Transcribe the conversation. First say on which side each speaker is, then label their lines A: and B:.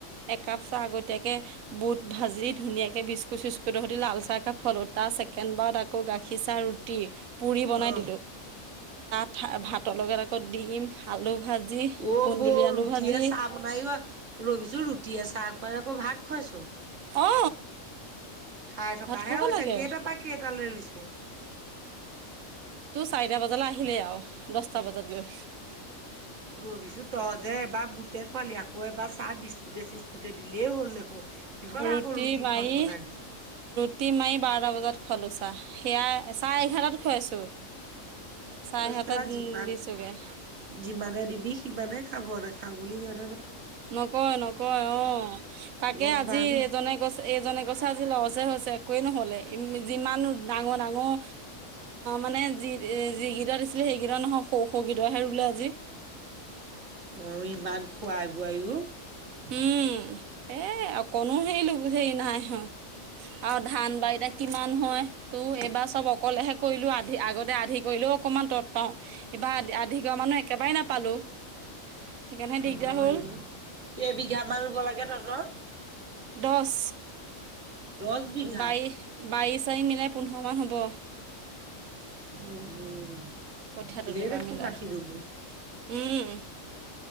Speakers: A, on the right; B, on the right.
A: একাপ চাহ আগতীয়াকে বুট ভাজি ধুনীয়াকে বিস্কুট চিক্টুত ট সতে লাল চাহ কাপ খোৱালো তাৰ চছেকেণ্ড বাৰত আকৌ গাখীৰ চাহ ৰুতি ৰুতি, পুৰি বনাই
B: অ
A: দিলোঁ। ভা, ভাতৰ লগে আকৌ দি দিম, আলু ভাজি
B: অ
A: কুন্দুলি
B: বৌ
A: আলু
B: ৰুটিয়ে
A: ভাজি
B: চাহ বনাইও, ৰবিছো ৰুটি চাহ খোৱাই আকৌ ভাত খুৱাইছ।
A: অ,
B: খাই থকাহে
A: ভাত খাব
B: হৈছে,
A: লাগে
B: কেইটাৰ পৰা কেইটালৈ ৰুইছে?
A: তোৰ চাৰিটা বজালে আহিলে আৰু দছটা বজাত গৈ।
B: ৰবজি তই যে এবাৰ বুটে খোৱালি, আকৌ এবাৰ চাহ বিস্কুটে-চিস্কুটে দিলেই হ'ল দেখো বোলে,
A: ৰুটি
B: আকৌ ৰুতিখন
A: মাৰি
B: বনাই দিছ
A: <inaudible> বাৰটা বজাত খোৱালোঁ চাহ, সেয়াই চাহ এঘাৰটাত খুৱাইছোঁ। ছাৰে
B: অ
A: এঘাৰটাত
B: চা যিমান
A: দি, দিছোগে।
B: যিমানে দিবি, সিমানে খাব নাখাওঁ বুলি সিহঁত
A: নকয়, নকয়, অ, তাকে
B: গম
A: আজি
B: পাৱ না
A: এজনে গৈছে এজনে কৈছে, আজি লজে হৈছে একোৱেই নহ'লে ই যিমান ডাঙৰ, ডাঙৰ মানে যি যিকেইটা দিছিলে সেইকেইটা নহওঁক সৰু সৰু গীতাহে ৰুলে আজি।
B: অ, ইমান খোৱাই-বোৱাইও।
A: উম, এ, অকনো হে, হেৰি নাই হোৱা। আৰু ধান বা এতিয়া কিমান হয়? তো, এইবাৰ চ'ব অকলেহে কৰিলো আধি আগতে আধি কৰিলেও, অকনমান তৎ পাওঁ। এইবাৰ আধিঘা, মানুহ একেবাৰেই নাপালো, সেইকাৰণেহে দিগদাৰ
B: হয়
A: হ'ল।
B: অ কেইবিঘা মান ৰুব লাগে তহঁতৰ?
A: দছ।
B: দহ বিঘা
A: বাই, বাইচাৰি মিলাই পোন্ধৰ মান হ'ব।
B: উম, উম,
A: কঠীয়া তলিৰ
B: গিয়েৰে
A: পৰা
B: ক'ত
A: মিলাই
B: মাটি ৰ
A: উম,